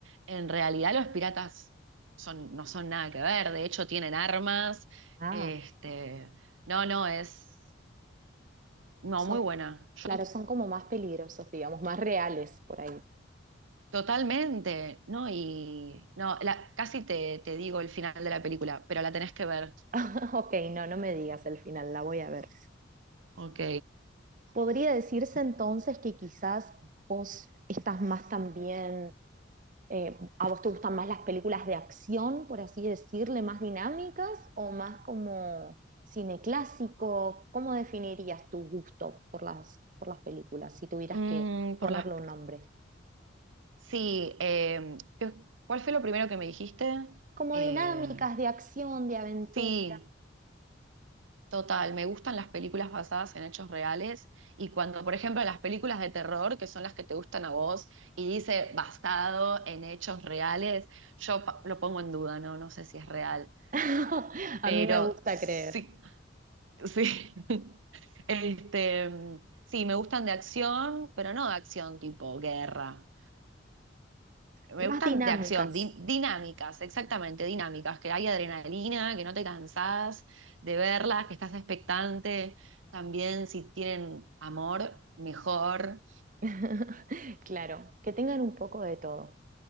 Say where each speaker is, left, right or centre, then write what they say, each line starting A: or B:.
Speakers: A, on the right; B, on the right.
A: en realidad los piratas son, no son nada que ver, de hecho tienen armas.
B: Ah,
A: Este, no, no, es no,
B: son,
A: muy buena. Yo-
B: claro, son como más peligrosos, digamos, más reales por ahí.
A: totalmente, ¿no? Y no, la- casi te, te digo el final de la película, pero la tenés que ver.
B: <laughs> Ok, no, no me digas el final, la voy a ver.
A: Ok.
B: ¿Podría decirse entonces que quizás vos estás más también Eh, ¿a vos te gustan más las películas de acción, por así decirle, más dinámicas o más como cine clásico? ¿Cómo definirías tu gusto por las, por las películas si tuvieras
A: Mm,
B: que
A: por
B: ponerle
A: las
B: un nombre?
A: Sí, eh, ¿qué- ¿cuál fue lo primero que me dijiste?
B: Como
A: Eh,
B: dinámicas de acción, de aventuras.
A: sí, total, me gustan las películas basadas en hechos reales y cuando, por ejemplo, las películas de terror, que son las que te gustan a vos, y dice basado en hechos reales, yo pa- lo pongo en duda, no, no sé si es real,
B: <laughs> A
A: pero
B: mí me gusta
A: sí,
B: creer.
A: sí. <laughs> Este, sí, me gustan de acción, pero no de acción tipo guerra. Me
B: Más
A: gustan
B: dinámicas.
A: de acción, di- dinámicas, exactamente, dinámicas, que hay adrenalina, que no te cansás de verlas, que estás expectante. También si tienen amor, mejor,
B: <laughs> Claro, que tengan un poco de todo.